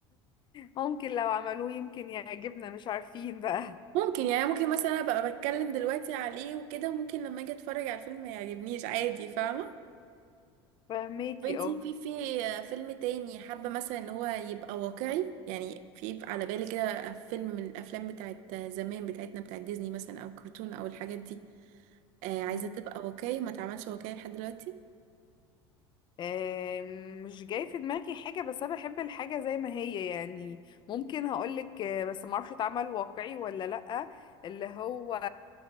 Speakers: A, on the left; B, on the right.
A: ممكن لو عملوه يمكن يعجبنا مش عارفين بقى
B: ممكن يعني ممكن مثلا ابقى بتكلم دلوقتي عليه وكده وممكن لما اجي اتفرج على الفيلم ما يعجبنيش عادي فاهمة؟
A: <laughs> فهميكي
B: طب انتي
A: اه
B: في في آه، فيلم تاني حابة مثلا ان هو يبقى واقعي يعني في على بالي كده فيلم من الافلام بتاعت زمان بتاعتنا بتاعت ديزني مثلا او كرتون او الحاجات دي آه عايزة
A: امم
B: تبقى واقعي ما تعملش واقعي لحد دلوقتي
A: آم، مش جاي في دماغي حاجة بس أنا بحب الحاجة زي ما هي يعني ممكن هقولك آه، بس معرفش اتعمل واقعي ولا لأ اللي هو